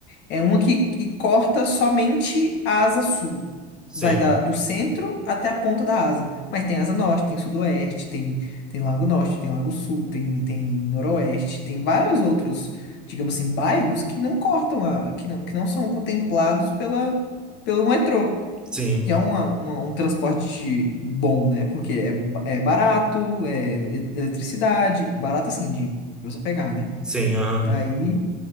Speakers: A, on the left; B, in the centre.
A: É uma que, que corta somente a asa sul.
B: sim,
A: Vai da, do centro até a ponta da asa. Mas tem asa norte, tem sudoeste, tem, tem lago norte, tem lago sul, tem, tem noroeste, tem vários outros, digamos assim, bairros que não cortam a, que não, que não são contemplados pela, pelo metrô.
B: sim,
A: Que é uma, uma- um transporte bom, né? Porque é, ba- é barato, é ele- eletricidade, barato assim, de pra você pegar, né?
B: sim, aham.
A: Aí,